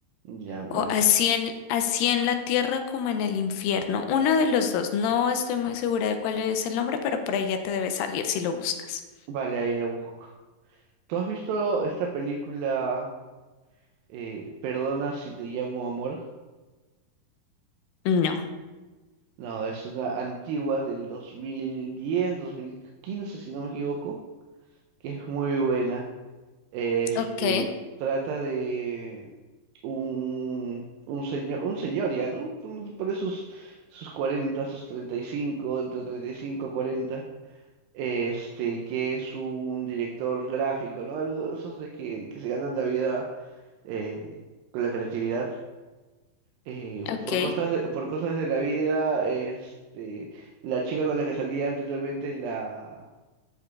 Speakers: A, on the right; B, on the left.
A: ya, vale.
B: O así en, así en la tierra como en el infierno. Uno de los dos. No estoy muy segura de cuál es el nombre, pero por ahí ya te debe salir si lo buscas.
A: Vale, ahí la busco. ¿Tú has visto esta película eh, Perdona si te llamo amor?
B: No.
A: No, es una antigua del dos dos mil diez, dos mil quince si no me equivoco, que es muy buena. Este,
B: Ok,
A: trata de un, un señor, un señor ya, ¿no? Por sus, sus 40, sus 35, entre treinta y cinco y cuarenta. este, que es un director gráfico, ¿no? Algo, esos de que, que se ganan la vida eh, con la creatividad. Eh,
B: ok,
A: por cosas, de- por cosas de la vida, este, la chica con la que salía anteriormente la,